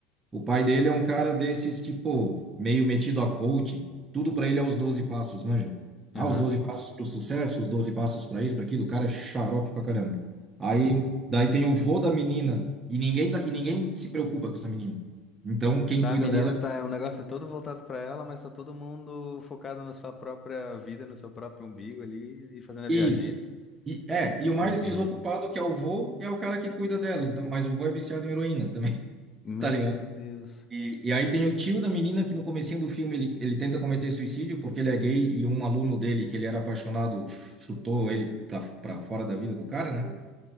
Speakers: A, on the right; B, on the left.
A: O pai dele é um cara desses, tipo, meio metido a coach, tudo pra ele é os 12 passos, manja? Ah,
B: Aham.
A: os 12 passos pro sucesso, os 12 passos pra isso, pra aquilo, o cara é xarope pra caramba. Aí, daí tem o vô da menina, e ninguém, dá- e ninguém se preocupa com essa menina. Então, quem
B: A
A: cuida
B: menina
A: dela
B: tá, é, o negócio é todo voltado pra ela, mas tá todo mundo focado na sua própria vida, no seu próprio umbigo ali e fazendo a
A: é
B: viagem,
A: isso.
B: é isso?
A: E, é, e o mais
B: Entendi.
A: desocupado que é o vô é o cara que cuida dela. Então, mas o vô é viciado em heroína também.
B: Meu
A: Tá ligado?
B: Deus.
A: E, e aí tem o tio da menina que no comecinho do filme ele, ele tenta cometer suicídio porque ele é gay e um aluno dele que ele era apaixonado ch- chutou ele pra, pra fora da vida do cara, né?